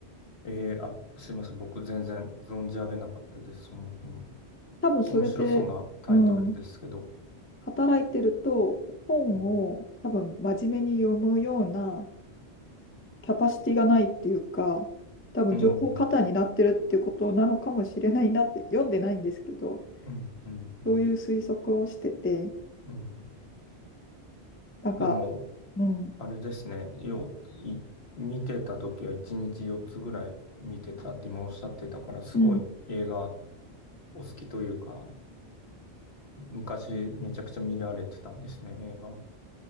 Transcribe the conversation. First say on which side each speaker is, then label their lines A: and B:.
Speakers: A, on the left (about 65°); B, on the left (about 15°).
A: えー、あ、すいません。僕全然存じ上げなかったです。その本、
B: 多分それで、
A: う面白そうなタイトルですけど。
B: うん、働いてると本を多分真面目に読むような
A: うん。
B: キャパシティがないっていうか、多分情報過多になってるっていうことなのかもしれないなって読んでないんですけど、
A: うん。うん。うん。うん。
B: そういう推測をしてて、
A: うん
B: なんか、
A: でも、
B: うん、
A: あれですね。よ、い、見てた時は1日4つぐらい見てたって今おっしゃってたから、すごい映画
B: うん、
A: お好きというか、昔めちゃくちゃ見られてたんですね、映画。